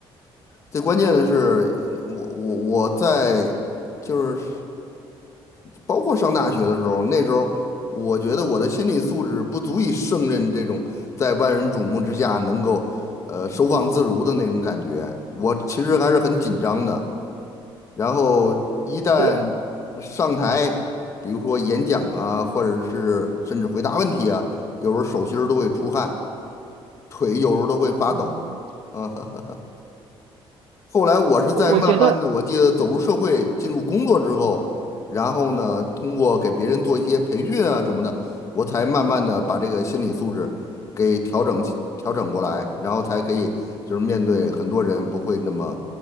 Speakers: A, on the left; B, on the right.
A: 最关键的是，我我我在就是包括上大学的时候，那时候我觉得我的心理素质不足以胜任这种在万人瞩目之下能够呃收放自如的那种感觉，我其实还是很紧张的。然后一旦上台，
B: 是，
A: 比如说演讲啊，或者是甚至回答问题啊，有时候手心儿都会出汗，腿有时候都会发抖，
B: 嗯
A: 啊。<laughs> 后来我是在慢慢的，
B: 我我觉得，
A: 我记得走入社会、进入工作之后，然后呢，通过给别人做一些培训啊什么的，我才慢慢的把这个心理素质给调整起调整过来，然后才可以就是面对很多人不会那么